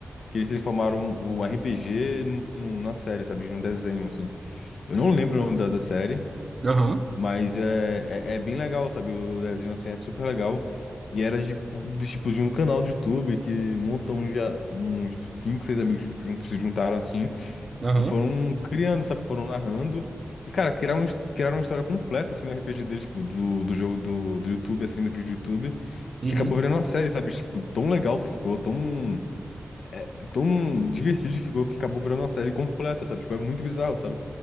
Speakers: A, on the left; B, on the right.
A: que eles transformaram o RPG num- numa série, sabe? De um desenho, assim. Eu não lembro o nome da, da série,
B: Aham,
A: mas é, é, é bem legal, sabe? O desenho, assim, é super legal. E era de, de, tipo, de um canal do YouTube que montam já uns cinco, seis amigos juntos se juntaram, assim,
B: aham.
A: e foram criando, sabe? Foram narrando. E, cara, criaram, uma his- criaram uma história completa, assim, no RPG deles, tipo, do, do jogo do, do YouTube, assim, do vídeo do YouTube,
B: uhum.
A: que acabou virando uma série, sabe? Tipo, tão legal ficou, tão, tão divertido ficou, que acabou virando uma série completa, sabe? Tipo, é muito bizarro, sabe?